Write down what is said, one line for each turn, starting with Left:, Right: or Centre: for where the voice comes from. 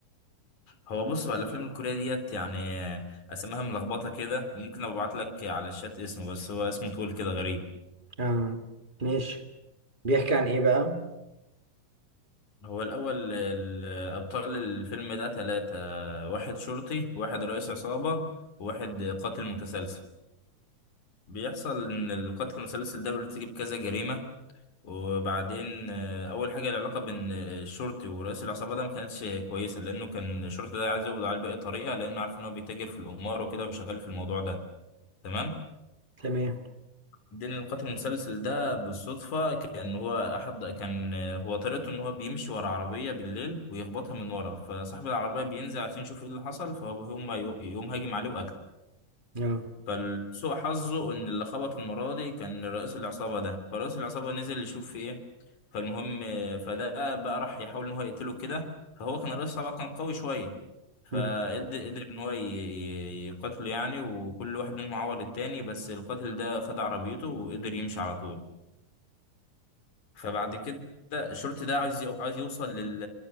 Left: هو بص هو الأفلام الكورية ديت يعني أسماها ملخبطة كده ممكن أبعت لك على الشات اسمه بس هو اسمه طول كده غريب
Right: اه ماشي بيحكي عن ايه بقى
Left: هو الأول ال- أبطال الفيلم ده تلاتة واحد شرطي واحد رئيس عصابة وواحد قاتل متسلسل بيحصل إن القاتل المتسلسل ده بيرتكب كذا جريمة وبعدين آه، اول حاجه العلاقه بين آه، الشرطي ورئيس العصابه ده ما كانتش كويسه لانه كان الشرطي ده عايز يقبض عليه باي طريقه لانه عارف ان هو بيتاجر في القمار وكده وشغال في الموضوع ده تمام
Right: تمام
Left: بعدين القاتل المتسلسل ده بالصدفه كان هو احد كان آه، هو طريقته ان هو بيمشي ورا عربيه بالليل ويخبطها من ورا فصاحب العربيه بينزل عشان يشوف ايه اللي حصل فهو بيقوم يقوم هاجم عليه وقتله
Right: اه
Left: فالسوء حظه ان اللي خبط المره دي كان رئيس العصابه ده فرئيس العصابه نزل يشوف في ايه فالمهم آه، فده بقى راح يحاول ان هو يقتله كده فهو كان رئيس العصابه كان قوي شويه فقدر
Right: مم.
Left: قدر ان هو ي- ي- يقتله يعني وكل واحد منهم عور التاني بس القاتل ده خد عربيته وقدر يمشي على طول فبعد كده الشرطي ده عايز يو... عايز يوصل لل...